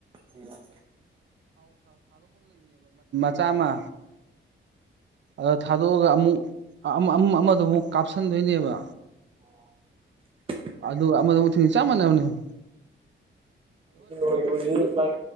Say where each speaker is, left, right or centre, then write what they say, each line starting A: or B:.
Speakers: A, on the right; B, on the right.
A: ꯎꯝ
B: ꯆꯥꯝꯃ ꯑꯗ ꯊꯥꯗꯣꯛꯑꯒ ꯑꯃꯨꯛ ꯑꯃ ꯑꯃꯗꯨ ꯑꯃꯨꯛ ꯀꯥꯞꯁꯤꯟꯗꯣꯏꯅꯦꯕ
A: <inaudible>
B: ꯑꯗꯨ ꯑꯃꯗꯣ ꯊꯤꯡ ꯆꯞ ꯃꯥꯟꯅꯕꯅꯦꯌꯣ
A: ꯥꯏꯔꯣꯏ ꯔꯣꯏꯔꯤ ꯃꯥꯏ